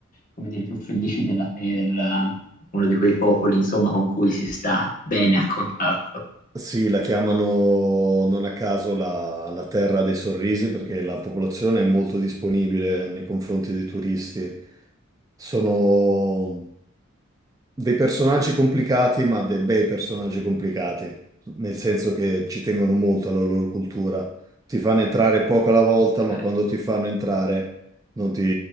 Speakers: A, on the left; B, on the right.
A: come dire, più felici della terra, uno di quei popoli, insomma, con cui si sta bene a contatto.
B: Sì, la chiamano non a caso la, la terra dei sorrisi perché la popolazione è molto disponibile nei confronti dei turisti. Sono dei personaggi complicati, ma dei bei personaggi complicati, nel senso che ci tengono molto alla loro cultura. Ti fanno entrare poco alla volta,
A: Ok.
B: ma quando ti fanno entrare non ti,